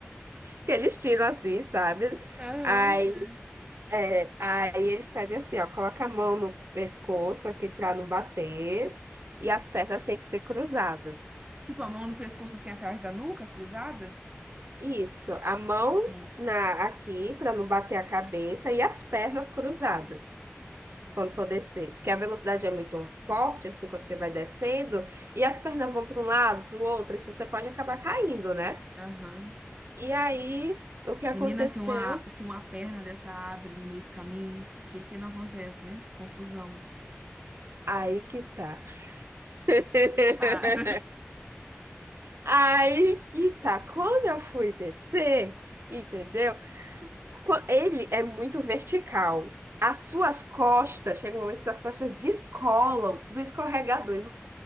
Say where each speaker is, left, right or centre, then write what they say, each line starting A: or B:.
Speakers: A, on the right; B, on the right.
A: que eles tiram assim, sabe?
B: Aham,
A: Aí,
B: sim.
A: é, aí eles pedem assim, ó, coloca a mão no pescoço aqui pra não bater e as pernas têm que ser cruzadas.
B: Tipo, a mão no pescoço assim atrás da nuca, cruzada?
A: Isso, a mão
B: Hum,
A: na aqui pra não bater a cabeça e as pernas cruzadas quando for descer, porque a velocidade é muito forte assim quando você vai descendo e as pernas vão para um lado, para o outro, isso você pode acabar caindo, né?
B: Aham.
A: E aí, o que aconteceu?
B: Menina, se uma, se uma perna dessa abre no meio do caminho, o que que não acontece, né? Confusão.
A: Aí que tá. <laughs>
B: Para.
A: Aí que tá, quando eu fui descer, entendeu? Qu- Ele é muito vertical. As suas costas, chega um momento que suas costas descolam do escorregador.